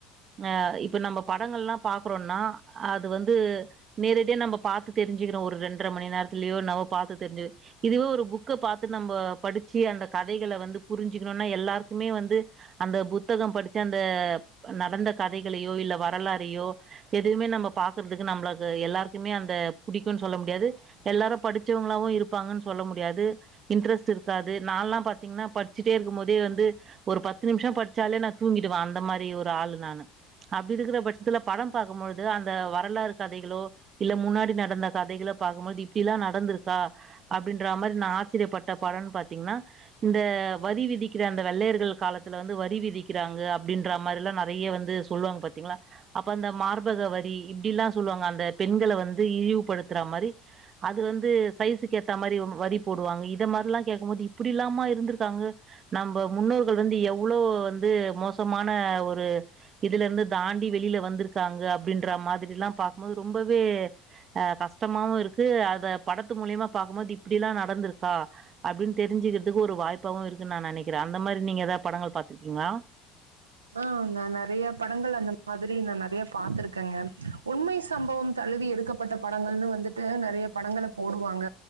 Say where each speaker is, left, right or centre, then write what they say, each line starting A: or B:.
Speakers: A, on the right; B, on the right.
A: அ இப்ப நம்ம படங்கள்லா பாக்குறோன்னா அது வந்து நேரடியா நம்ம பாத்து தெரி்சிக்கிறோ ஒரு ரெண்டரை மணி நேரத்துலயோ நம்மௌ பாத்து தெரிஞ்சு இதுவோ ஒரு புக்க பாத்து நம்ம படிச்சு அந்த கதைகளை வந்து புரிஞ்சுக்கணுன்னா எல்லாருக்குமே வந்து அந்த புத்தகம் படிச்ச அந்த நடந்த கதைகளையோ இல்ல வரலாறையோ எது எதுமே நம்ம பாக்கறதுக்கு நம்மளுக்கு எல்லாருக்குமே அந்த புடிக்குன்னு சொல்ல முடியாது எல்லாரு படிச்சவங்களா இருப்பாங்கன்னு சொல்ல முடியாது இன்ட்ரெஸ்ட் இருக்காது நாலா பாத்தீங்கன்னா படிச்சுட்டே இருக்கு போதே வந்து ஒரு பத்து நிமிஷோ படிச்சாலே நா தூங்கிடுவே அந்த மாரி ஒரு ஆள் நானு அப்படி இருக்குற பட்சத்துல படே பாக்கும்போது து அந்த வரலாறு கதைகளோ இல்ல முன்னாடி நடந்த கதைகளோ பாக்கும்போது இப்டில்லா நடந்துருக்கா அப்டின்ற மாரி நா ஆச்சரியப்பட்ட படோன்னு பாத்தீங்னா இந்த வரி விதிக்கிற அந்த வெள்ளையர்கள் காலத்துல வந்து வரி விதிக்கிறாங்க அப்டின்ற மாரில்லா நறைய வந்து சொல்வாங்க பாத்தீங்ளா அப்ப அந்த மார் பகவரி இப்டிலா சொல்வாங்க அந்த பெண்கள வந்து இழிவு படுத்துற மாரி அது வந்து சைஸக்கு ஏத்த மாரி வரி போடுவாங்க இத மாரில்லா கேக்கும் போது இப்டிலாமா இருந்துருக்காங்க நம்ப முன்னோர்கள் வந்து எவ்ளோ வந்து மோசமான ஒரு இதுல இருந்து தாண்டி வெளில வந்திருக்காங்க அப்டின்ற மாதிரிலா பாக்கும் போது ரொம்பவே அ கஷ்டமாவு இருக்கு அத படத்து மூலியமா பாக்கும்போது இப்டிலா நடந்துருக்கா அப்டின் தெரிஞ்சுகிறதுக்கு ஒரு வாய்ப்பாவு இருக்குன் நா நெனக்கிறே அந்த மாரி நீங்க ஏதாது படங்கள் பாத்திருக்கீங்ளா
B: ஆ நா நெறய படங்கள் அந்த மாதிரி நா நெறய பாத்திருக்கேங்க உண்மை சம்பவம் தழுவி எடுக்க பட்ட படங்கள்னு வந்துட்டு நெறய படங்கள போடுவாங்க